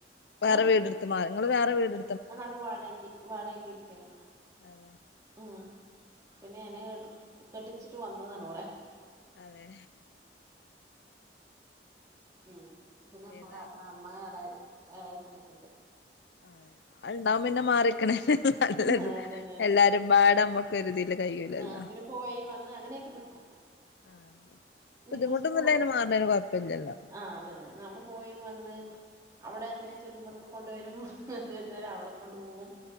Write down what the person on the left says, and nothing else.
വേറെ
വീടെടുത്ത് മാറ ഇങ്ങള് വേറെ വീടെ
അതെ
അതെ
ഏതായാലും
അത് ഇണ്ടാവും പിന്നെ മാറിക്കണല്ലേ നല്ലത്
എല്ലാരും പാടെമ്മു ക്കൊരുതില് കയൂലല്ലോ
ആഹ്
ബുദ്ധിമുട്ടൊന്നുല്ലേല്
മാറണേന് കൊയപ്പല്ലല്ലോ?